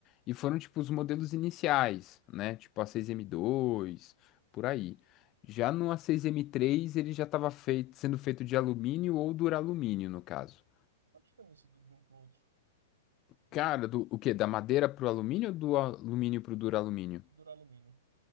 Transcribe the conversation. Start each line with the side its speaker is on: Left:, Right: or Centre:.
Left: E foram, tipo, os modelos iniciais, né? Tipo a 6M2, por aí. Já no A6M3, ele já estava feito, sendo feito de alumínio ou duralumínio, no caso.
Right: Qual a diferença do- de um para o outro?
Left: Cara, do, o quê? Da madeira pro alumínio ou do alumínio pro duralumínio?
Right: Duralumínio.